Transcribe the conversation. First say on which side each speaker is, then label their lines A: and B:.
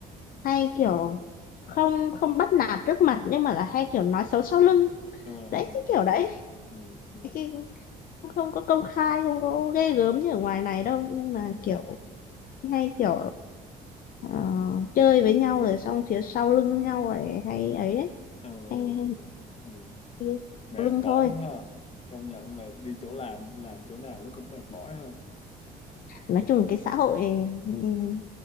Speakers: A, on the left (about 55°); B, on the left (about 35°).
A: hay kiểu không không bắt nạt trước mặt nhưng mà là hay kiểu nói xấu sau lưng
B: ờ,
A: đấy
B: ừ,
A: cái kiểu đấy
B: ừ, ừ, ừ,
A: cái, không có công khai không có ghê gớm như ở ngoài này đâu nhưng mà
B: ừ,
A: kiểu hay kiểu ờ, chơi với nhau rồi xong phía sau lưng nhau rồi hay ấy đấy
B: ờ, ừ,
A: hay, hay,
B: ừ,
A: hay
B: mệt
A: sau lưng
B: mỏi
A: thôi
B: quá ha công nhận là đi chỗ làm làm chỗ nào nó cũng mệt mỏi hơn
A: nói chung cái xã hội ừm,